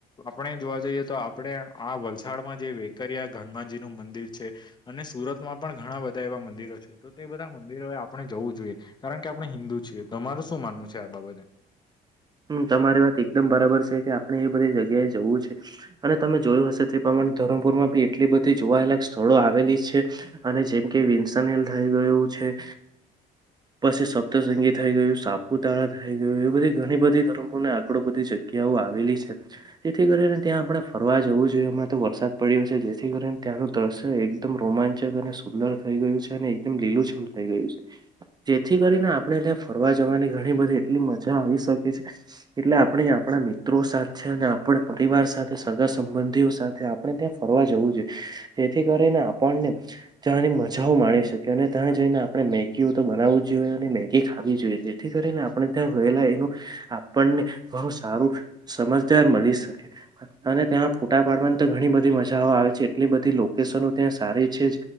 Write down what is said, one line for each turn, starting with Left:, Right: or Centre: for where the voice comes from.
Left: આપણે જોવા જઈએ તો આપણે આ વલસા થાળમાં જે વેકરિયા હનુમાનજી નું મંદિર છે અને સુરત માં પણ ઘણા બધા એવા મંદિરો છે. તો તે બધા મંદિરો આપણે જવું જોઈએ કારણ કે આપણે હિન્દુ છીએ તો મારું શું માનવું છે આ બાબતે
Right: હમ તમારી વાત એકદમ બરાબર છે કે આપણે એ બધી જગ્યાએ જવું છે અને તમે જોયું હશે તે પ્રમાણે ધરમપુરમાં બી એટલી બધી જોવાલાયક સ્થળો આવેલી છે અને જેમ કે વિન્સન હેલ થઈ ગયું છે. પછી સપ્તસંગી થઈ ગયું સાપુતારા થઈ ગયું એવી બધી ઘણી બધી ધર્મોને આંકડો વધી શક જગ્યાઓ આવેલી છે જેથી કરીને ત્યાં આપણે ફરવા જવું જોઈએ એમમાં તો વરસાદ પડ્યો છે જેથી કરીને ત્યાંનું દ્રશ્ય એકદમ રોમાંચક અને સુંદર થઈ ગયું છે અને એકદમ લીલુંછમ થઇ ગયું છે. જેથી કરીને આપણે ત્યાં ફરવા જવાની ઘણી બધી એટલી મજા આવી શકે છે. એટલે આપણે
Left: પછી
Right: આપણા મિત્રો સાથે અને આપણા પરિવાર સાથે સગા સંબંધીઓ સાથે આપણે ત્યાં ફરવા જવું જોઈએ જેથી કરીને આપણને ત્યાંની મજાઓ માણી
Left: હમ હમ
Right: શકે અને ત્યાં જઈને આપણે મેગી બનાવી જોઈએ અને મેગી ખાવી જોઈએ
Left: હમ
Right: જેથી કરીને આપણે ત્યાં
Left: લ્યો
Right: ગયેલા
Left: છે.
Right: એનું આપને બહુ સારું સમજદાર મળી શકે અને ત્યાં ફોટા પાડવાની તો ઘણી બધી મજ મજા આવે છે એટલી બધી લોકેશનો ત્યાં સારી છે.